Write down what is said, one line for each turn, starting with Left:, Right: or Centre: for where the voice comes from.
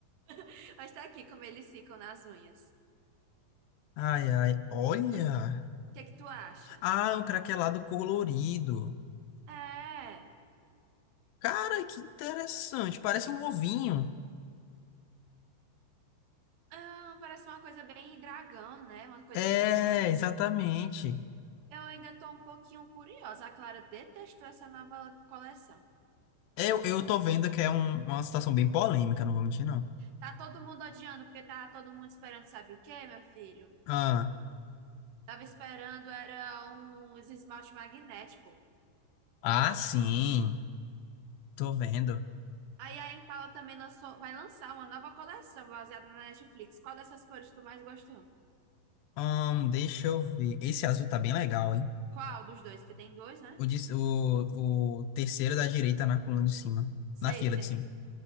Right: <laughs> Mas tá aqui como eles ficam nas unhas.
Left: Ai, ai, olha.
Right: Os- O que é que tu acha?
Left: Ah, é um craquelado colorido.
Right: É.
Left: Cara, que interessante. Parece um ovinho.
Right: ah, parece uma coisa bem dragão, né? Uma coisa
Left: É,
Right: assim.
Left: exatamente.
Right: Eu ainda tô um pouquinho curiosa. A Clara detestou essa nova coleção.
Left: Eu, eu tô vendo que é um- uma situação bem polêmica, não vou mentir, não.
Right: Tá todo mundo odiando porque tava todo mundo esperando, sabe o quê, meu filho?
Left: Ah,
Right: Tava esperando era uns esmalte magnético.
Left: ah, sim. Tô vendo.
Right: Aí a Impala também lançou, vai lançar uma nova coleção baseada na Netflix. Qual dessas cores tu mais gostou?
Left: Ahn, deixa eu ver. Esse azul tá bem legal, hein?
Right: Qual dos dois? Que tem dois, né?
Left: O, de- o, o terceiro é da direita na coluna de cima.
Right: Sei,
Left: Na fila
Right: sei.
Left: de cima.